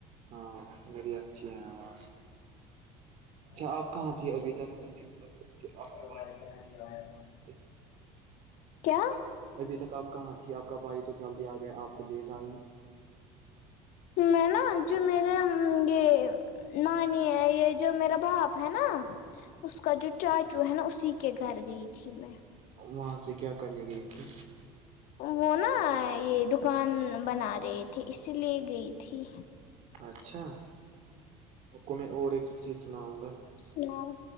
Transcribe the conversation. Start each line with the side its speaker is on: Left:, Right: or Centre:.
Right: ہاں مری اچھی ہیں آواز
Left: اچھا
Right: آپ
Left: آپاں
Right: کہاں تھی ابھی تک آپ کا
Left: ب آیا تھا
Right: بھائی
Left: کیا
Right: ابھی تک آپ کااں تھی آپ کا بھائی تو جلدی آ گیا آپ تو لیٹ آئی
Left: میں نا جو میرے یہ نانی ہے یہ جو میرا باپ ہے نا اس کا جو چاچو ہے نا اسی کے گھر گئی تھی میں
Right: وہاں سے کیا کرنےنی گئی تھی
Left: وہ نا یہ دکان بنا رہے تھے اسی لیے گئی تھی
Right: اچھا آپ کو میں اور ایک چیز سناؤں گا
Left: سناؤ